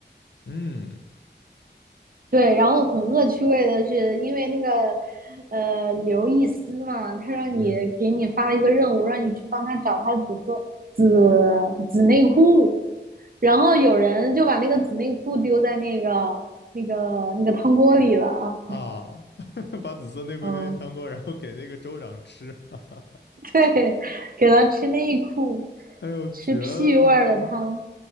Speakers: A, on the left; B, on the right.
A: 嗯
B: 对，然后很恶趣味的是，因为那个呃刘易斯嘛，他让你给你发了一个任务，
A: 嗯
B: 让你去帮他找他紫色紫紫内裤，然后有人就把那个紫内裤丢在那个那个那个汤锅里了啊。
A: 啊 <laughs>，把紫色内裤丢进汤锅，
B: 嗯，
A: 然后给那个州长吃。<laughs>
B: <laughs> 对，给他吃内裤。
A: 哎呦，
B: 吃屁味儿的汤，
A: 绝了！